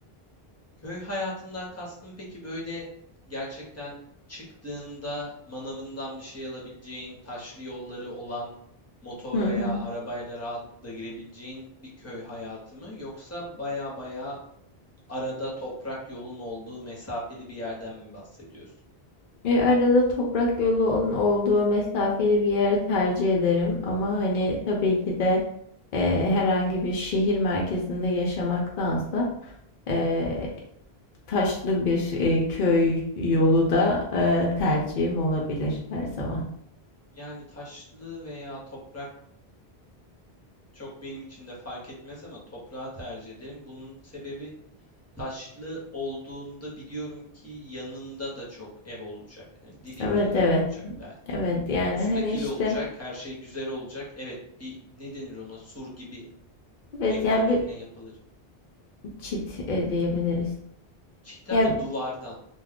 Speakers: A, on the left; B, on the left.
A: Köy hayatından kastın peki böyle gerçekten çıktığında manavından bir şey alabileceğin, taşlı yolları olan, motor
B: Hı hı.
A: veya arabayla rahatlıkla girebileceğin bir köy hayatı mı? Yoksa baya baya arada toprak yolun olduğu mesafeli bir yerden mi bahsediyorsun?
B: E, arada toprak yolun olduğu mesafeli bir yer tercih ederim. Ama hani tabii ki de e, herhangi bir şehir merkezinde yaşamaktansa e, taşlı bir e, köy yolu da e, tercihim olabilir her zaman.
A: Yani taşlı veya toprak çok benim için de fark etmez ama toprağı tercih ederim. Bunun sebebi Taşlı olduğunda biliyorum ki yanımda da çok ev olacak. Hani dibimde
B: Evet
A: ev
B: evet.
A: olacak belki.
B: Evet yani
A: Mustakil
B: hani işte
A: olacak, her şey güzel olacak. Evet, bir ne denir ona? Sur gibi
B: evet
A: evlerin
B: yani bir
A: önüne yapılır.
B: çit e, diyebiliriz.
A: Çit
B: Yani
A: ama duvardan.